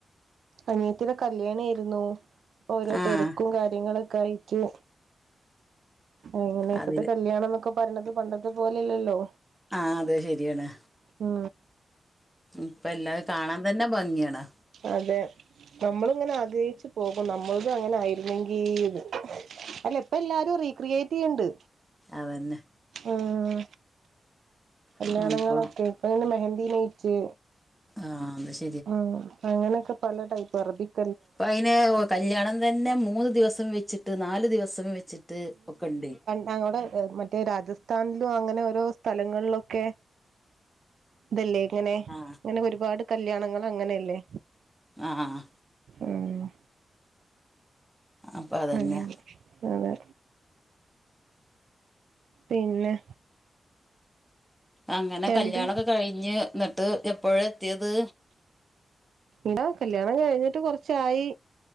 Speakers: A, on the right; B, in the centre.
A: അനിയത്തിടെ കല്ല്യാണേര്ന്നു ഓരോ
B: ആഹ്
A: തെരക്കും കാര്യങ്ങളൊക്കായിട്ട് അയന്നെ ഇപ്പത്തെ
B: അതിന്
A: കല്ല്യാണന്നൊക്കെ പറഞത് പണ്ടത്തെ പോലെല്ലല്ലോ.
B: ആഹ് അതെ ശെരിയാണ്.
A: മ്
B: ഇപ്പെല്ലാ കാണാതന്നെ ഭംഗിയാണ്.
A: അതെ. നമ്മള്ങ്ങനെ ആഗ്രഹിച്ചു പോകും നമ്മൾതും അങ്ങനായിരുന്നെങ്കീന്ന് അല്ല ഇപ്പെല്ലാരും റീക്രിയേറ്റെയ്യ്ണ്ട്.
B: അതന്നെ.
A: ആഹ് കല്ല്യാണങ്ങളൊക്കെ
B: ആ, അപ്പൊ
A: ഇപ്പയിന് മെഹന്ദി നൈറ്റ്.
B: ആഹ് ന്നാ ശെ
A: ആഹ് അങ്ങനെക്കെ പല ടൈപ്പ് അറബിക്.
B: ഇപ്പയിന് ഓ കല്ല്യാണം തന്നെ മൂന്ന് ദിവസം വെച്ചിട്ട് നാല് ദിവസം വെച്ചിട്ട് ഒക്കെണ്ട്
A: ഞങ്ങടെ ഹ് മറ്റെ രാജസ്ഥാൻലും അങ്ങനെ ഓരോ സ്ഥലങ്ങളിലൊക്കെ. തല്ലേ ഇങ്ങനെ,
B: ആ
A: ഇങ്ങനെ ഒരുപാട് കല്യാണങ്ങള് അങ്ങനെല്ലേ?
B: ആഹ്. ആഹ്
A: ഏഹ്.
B: അപ്പൊ അതന്നെ
A: അയന്നെ അതെ. പിന്നെ.
B: അങ്ങനെ
A: രണ്ട്
B: കല്ല്യാണൊക്കെ കഴിഞ്ഞ് ന്ന്ട്ട് എപ്പോഴാ എത്തിയത്.
A: ന്താ കല്ല്യാണം കഴിഞ്ഞിട്ട് കൊറച്ചായി